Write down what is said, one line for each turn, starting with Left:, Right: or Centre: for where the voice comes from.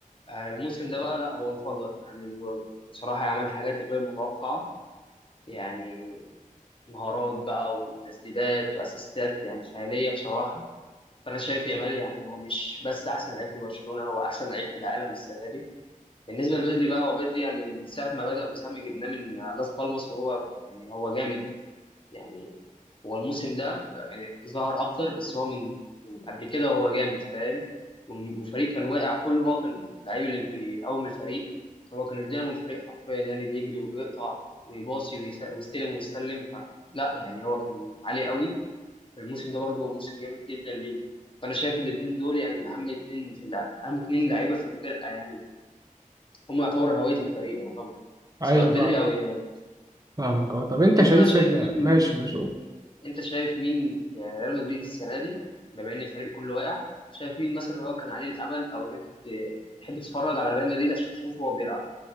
Left: آه، الموسم ده بقى لا هو انفجر يعني هو بصراحة عمل حاجات غير متوقعة يعني مهارات بقى وتسديدات واسيستات يعني خيالية بصراحة فأنا شايف يامال يعني هو مش بس أحسن لعيب في برشلونة هو أحسن لعيب في العالم السنة دي بالنسبه لبدري بقى هو بدري يعني من ساعه ما بدا ومن ساعه ما جبناه من لاس بالماس وهو يعني هو جامد يعني هو الموسم ده يعني ظهر اكتر بس هو من من قبل كده هو جامد فاهم والفريق كان واقع كله هو كان اللعيب اللي بيقوم الفريق هو كان الدينامو الفريق حرفيا يعني بيجري وبيقطع ويباصي ويس- ويستلم ويستلم فلا يعني هو كان عالي قوي الموسم ده برضه هو موسم جامد جدا ليه فانا شايف الاثنين دول يعني من اهم اثنين في اللعب اهم اثنين لعيبه في الفرقه يعني هم يعتبر هوية الفريق يعتبر
Right: ايوه
Left: سواء بدري
Right: فاهم
Left: أو يامال
Right: فاهمك اه طب انت
Left: أنت
Right: شايف
Left: بقى شايف
Right: ان
Left: مين
Right: ماشي ماشي
Left: أنت شايف مين في ريال مدريد السنة دي بما إن الفريق كله واقع شايف مين مثلا هو كان عليه الأمل أو اللي أنت كنت بتحب تتفرج على ريال مدريد عشان تشوفه وهو بيلعب